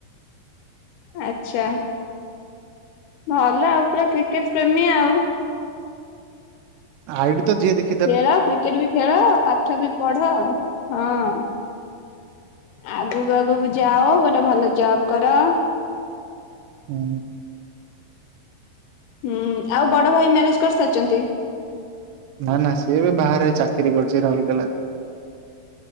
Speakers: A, on the left (about 80°); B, on the right (about 80°).
A: ଆଚ୍ଛା, ଭଲ ଆଉ ପୁରା କ୍ରିକେଟ ପ୍ରେମୀ ଆଉ?
B: ଆଇଡି ତ ଯିଏ ଦେଖି
A: ଖେଳ, କ୍ରିକେଟ ବି ଖେଳ, ପାଠ ବି ପଢ, ହଁ। ଆଗକୁ ଆଗକୁ ଯାଅ ଗୋଟେ ଭଲ ଜବ୍ କର।
B: ହୁଁ।
A: ହୁଁ ଆଉ ବଡ ଭାଇ ମ୍ୟାରେଜ୍ କରିସାରିଚନ୍ତି?
B: ନା ନା ସିଏ ଏବେ ବାହାରେ ଚାକିରି କରଚି ରାଉଲକେଲାରେ।